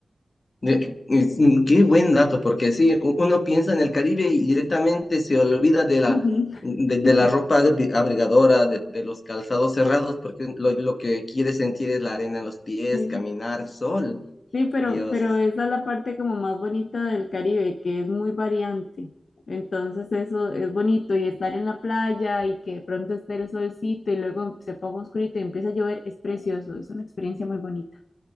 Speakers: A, on the left (about 55°); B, on the left (about 80°).
A: De- es- mm, qué buen dato, porque sí, u- uno piensa en el Caribe y directamente se olvida de la,
B: Ujú.
A: mm, de, de
B: <laughs>
A: la ropa abri- abrigadora, de, de los calzados cerrados, porque lo, lo que quiere sentir es la arena en los pies,
B: Sí.
A: caminar, sol,
B: Sí, pero,
A: Dios,
B: pero esa es la parte como más bonita del Caribe, que es muy variante. Entonces eso es bonito y estar en la playa y que de pronto esté el solcito y luego se ponga oscurito y empieza a llover es precioso, es una experiencia muy bonita.